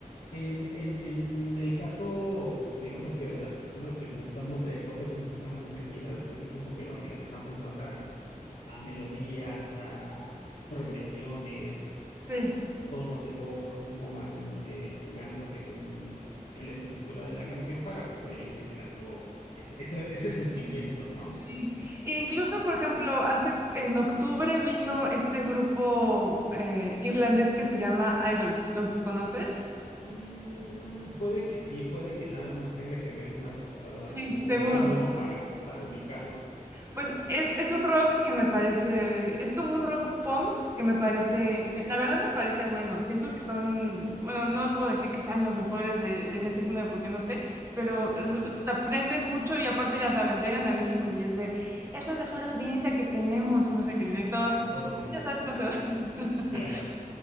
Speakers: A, on the left; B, on the right.
A: en, en, en el caso, digamos que de las personas que gustamos de cosas un poquito más tranquilas, pues sí como que lo relacionamos más a, a- a melodías, a progresiones,
B: sí.
A: a tonos de voz, cómo van eh, jugando según eh, la estructura de la canción para poder ir generando ese, ese, ese sentimiento, ¿no?
B: Sí, e incluso por ejemplo, hace en octubre vino este grupo eh, irlandés que se llama Idols, ¿los conoces?
A: Mm, puede que sí, puede que nada más tenga que ver una portada
B: Sí,
A: de- o,
B: seguro.
A: o su logo para, para ubicarlos.
B: Pues es, es un rock que me parece, es como un rock punk que me parece,
A: Ajá.
B: la verdad me parece bueno, siento que son, bueno, no puedo decir que sean los mejores de, de- en ese género porque no sé, pero es-
A: Ah,
B: se aprenden mucho y aparte ya sabes, llegan a México y es de, es la mejor audiencia que tenemos y no sé qué, y todos,
A: ah, todos dicen
B: ya sabes
A: eso,
B: cómo se va. <laughs>
A: claro.